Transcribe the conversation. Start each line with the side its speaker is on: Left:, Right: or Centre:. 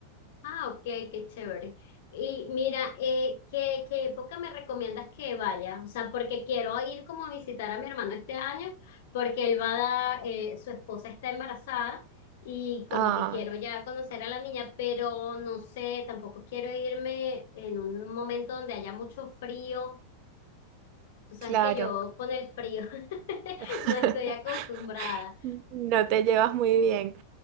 Left: Ah, ok, qué chévere. Y mira, eh, ¿qué, qué época me recomiendas que vaya? O sea, porque quiero ir como a visitar a mi hermano este año, porque él va a dar, eh, su esposa está embarazada y como
Right: Ah,
Left: que quiero ya conocer a la niña, pero no sé, tampoco quiero irme en un momento donde haya mucho frío. Tú sabes
Right: claro.
Left: que yo con el frío <laughs>
Right: <laughs>
Left: no estoy acostumbrada.
Right: No te llevas muy bien.